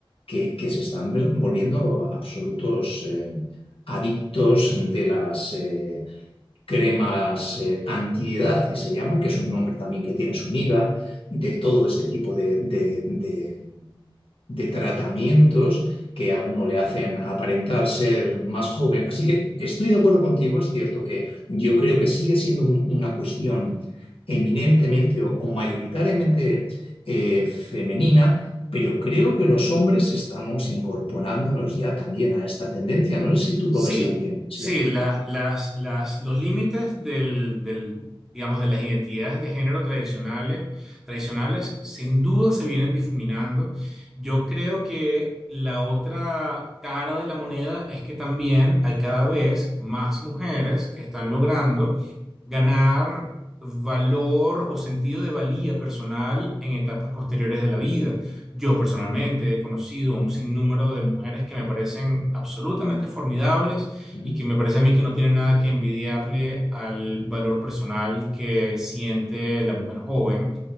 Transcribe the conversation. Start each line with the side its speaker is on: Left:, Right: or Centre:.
Left: que, que se están volviendo absolutos eh, adictos de las eh, cremas eh, antiedad que se llaman, que es un nombre también que tiene su miga, de todo este tipo de, de- de- de tratamientos que a uno le hacen aparentar ser más joven. Así que estoy de acuerdo contigo, es cierto que yo creo que sigue siendo un- una cuestión eminentemente o, o mayoritariamente eh, femenina, pero creo que los hombres estamos incorporándonos ya también a esta tendencia. No sé si tú
Centre: Sí,
Left: lo ves también, sí.
Centre: sí, la- las, las, los límites del, del, digamos, de las identidades de género tradicionales, tradicionales sin duda se vienen difuminando. Yo creo que la otra cara de la moneda es que también hay cada vez más mujeres que están logrando ganar valor o sentido de valía personal en etapas posteriores de la vida. Yo personalmente he conocido un sinnúmero de mujeres que me parecen absolutamente formidables
Left: Ujú,
Centre: y que me parece a mí que no tienen nada que envidiarle al valor personal que siente la mujer joven.